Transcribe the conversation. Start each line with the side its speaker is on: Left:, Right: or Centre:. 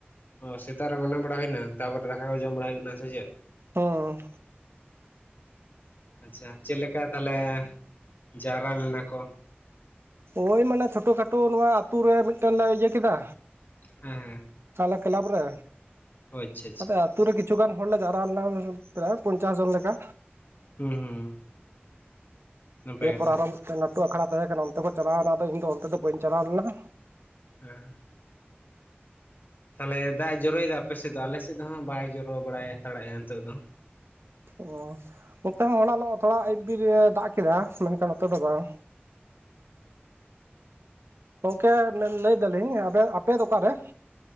Left: ᱚ ᱥᱮᱛᱟᱜ ᱨᱮ ᱢᱟᱱᱟ ᱵᱟᱲᱟ ᱦᱩᱭᱱᱟ ᱛᱟᱨᱯᱚᱨᱮ ᱛᱮ ᱫᱟᱠᱟ ᱠᱚ ᱡᱚᱢ ᱵᱟᱲᱟ ᱦᱩᱭᱩᱜ ᱠᱟᱱᱟ ᱥᱮ ᱪᱮᱫ
Right: ᱦᱩᱸ
Left: ᱟᱪᱪᱷᱟ ᱪᱮᱫ ᱞᱮᱠᱟ ᱛᱟᱦᱞᱮ ᱡᱟᱣᱨᱟ ᱞᱮᱱᱟ ᱠᱚ
Right: ᱳᱭ ᱢᱟᱱᱮ ᱪᱷᱳᱴᱳ ᱠᱷᱟᱴᱳ ᱱᱚᱣᱟ ᱟᱛᱩ ᱨᱮ ᱢᱤᱫᱴᱟᱝ ᱞᱮ ᱤᱭᱟᱹ ᱠᱮᱫᱟ
Left: ᱦᱮᱸ
Right: ᱟᱞᱮ ᱠᱞᱟᱵᱽ ᱨᱮ
Left: ᱚ ᱟᱪᱪᱷᱟ ᱟᱪᱪᱷᱟ
Right: ᱟᱫᱚ ᱟᱛᱩ ᱨᱮ ᱠᱤᱪᱷᱩ ᱜᱟᱱ ᱦᱚᱲᱞᱮ ᱡᱟᱣᱨᱟ ᱞᱮᱱᱟ ᱯᱨᱟᱭ ᱯᱚᱧᱪᱟᱥ ᱡᱚᱱ ᱞᱮᱠᱟ
Left: ᱦᱩᱸ ᱦᱩᱸ ᱱᱟᱯᱟᱭ
Right: ᱫᱤᱭᱮ ᱯᱚᱨ
Left: ᱠᱟᱛᱷᱟ
Right: ᱟᱨᱚ ᱢᱤᱫᱴᱟᱹᱝ ᱞᱟᱹᱴᱩ ᱟᱠᱷᱲᱟ ᱛᱟᱦᱮᱸ ᱠᱟᱱᱟ ᱚᱱᱛᱮ ᱠᱚ ᱪᱟᱞᱟᱣᱱᱟ ᱟᱫᱚ ᱤᱧ ᱫᱚ ᱚᱱᱛᱮ ᱫᱚ ᱵᱟᱹᱧ ᱪᱟᱞᱟᱣ ᱞᱮᱱᱟ
Left: ᱦᱮᱸ ᱛᱟᱦᱞᱮ ᱫᱟᱜ ᱮ ᱡᱚᱨᱚᱭᱮᱫᱟ ᱟᱯᱮ ᱥᱮᱫ ᱫᱚ ᱟᱞᱮ ᱥᱮᱫ ᱫᱚ ᱦᱟᱸᱜ ᱵᱟᱭ ᱡᱚᱨᱚ ᱵᱟᱲᱟᱭ ᱦᱟᱛᱟᱲᱮᱜᱼᱟ ᱱᱤᱛᱚᱜ ᱫᱚ
Right: ᱚ ᱱᱚᱛᱮ ᱦᱚᱸ ᱦᱚᱞᱟᱱᱚᱜ ᱛᱷᱚᱲᱟ ᱟᱭᱩᱵ‌ᱵᱤᱨᱮ‌ ᱫᱟᱜ ᱠᱮᱫᱟ ᱢᱮᱱᱠᱷᱟᱱ ᱱᱚᱛᱮ ᱫᱚ ᱵᱟᱝ ᱜᱚᱝᱠᱮ ᱢᱮᱱ ᱞᱟᱹᱭ ᱫᱟᱞᱤᱧ ᱟᱵᱮ ᱟᱯᱮ ᱫᱚ ᱚᱠᱟ ᱨᱮ